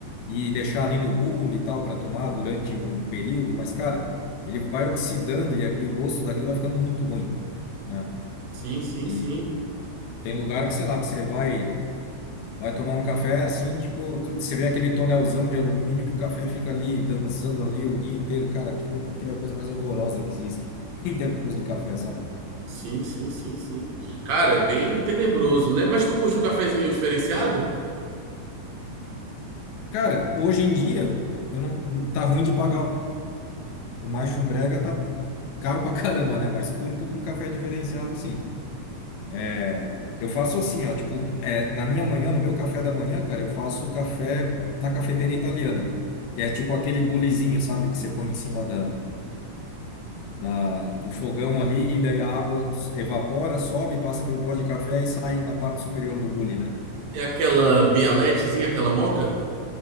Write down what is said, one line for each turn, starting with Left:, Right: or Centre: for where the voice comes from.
Left: e deixar ali no bule e tal para tomar durante um período, mas cara, ele vai oxidando e, a- e o gosto daquilo vai ficando muito ruim, né?
Right: Sim, sim,
Left: E
Right: sim.
Left: tem lugar que, sei lá, que você vai vai tomar um café assim, tipo, tu- você vê aquele tonelzão de alumínio que o café fica ali dançando ali o dia inteiro, cara, aquilo, aquilo é a coisa mais horrorosa que existe <laughs> em termos de café, sabe?
Right: Sim, sim, sim, sim. Cara, é bem tenebroso, né? Mas tu curte um cafezinho diferenciado?
Left: Cara, hoje em dia eu não tá ruim de pagar O mais chumbrega tá caro pra caramba, né? Mas curto um café diferenciado, sim. É, Eu faço assim, ó, tipo, é, na minha manhã, no meu café da manhã, cara, eu faço café na cafeteira italiana, que é tipo aquele bulizinho, sabe, que você põe em cima da, da, do fogão ali e daí a água evapora, sobe, passa pelo pó de café e sai na parte superior do bule, né?
Right: É aquela bialetezinha, aquela moca?